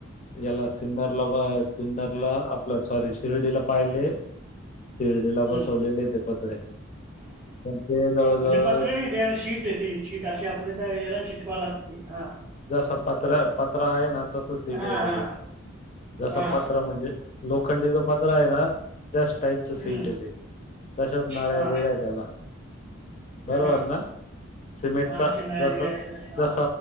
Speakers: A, on the left; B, on the right.
A: याला सिंदरला ब सिंदरला सॉरी शिर्डीला पाहिले शिर्डीला बसवलेले
B: हम्म
A: ते पत्रे, तर ते जवळजवळ,
B: म्हणजे पत्रे नाही शीट येते शीट अशी आपल्या याला चिटकावी लागते हा
A: जस पत्र पत्रा आहे ना तस सीट
B: हा
A: येत
B: हा
A: ते - जस
B: हा
A: पत पत्रा म्हणजे लोखंडीच पत्रा हे ना त्याच टाईपच
B: हम्म
A: सीट येतय तशाच नळ्या
B: हा
A: बिळ्याआहेत त्याला. बरोबर
B: हा
A: ना. सिमेंटचा
B: हा असे नळ्या
A: जस
B: बिळ्या असतात हा
A: जस